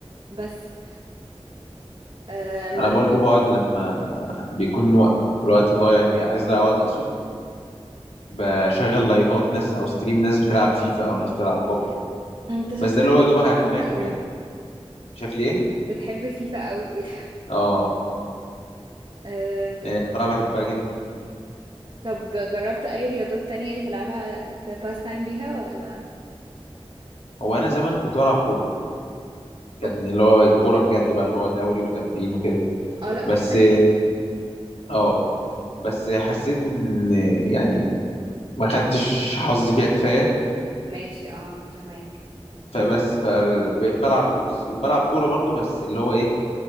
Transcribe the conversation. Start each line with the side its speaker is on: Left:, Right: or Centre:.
Right: بس أم،
Left: انا
Right: بس
Left: برضه بقعد لما بيكون وق- الوقت ضايع ك- عايز اضيع وقت اقصد بشغل لايفات ناس او ستريم ناس بتلعب فيفا او ناس بتلعب بابجي
Right: انت شكلك
Left: بس ده اللي هو يا دوبك
Right: بتحب
Left: على ما
Right: فيفا
Left: اكل
Right: قوي
Left: يعني شكلي ايه
Right: بتحب فيفا قوي <laughs>
Left: اه
Right: أم،
Left: يعني بصراحه بحبها جدا
Right: طب جربت اي رياضات تانية تلعبها تباس تايم بيها ولا
Left: هو انا زمان كنت بلعب كوره كان
Right: أوك.
Left: اللي هو الكوره بجد بقى اللي هو دوري وتمرين وكده
Right: اه لا
Left: بس
Right: بروفيشنال
Left: اه بس حسيت ان يعني ما خدتش حظي فيها كفايه
Right: ماشي اه فهمك
Left: فبس فبقيت بلعب بوكس وبلعب كوره برضو بس اللي هو ايه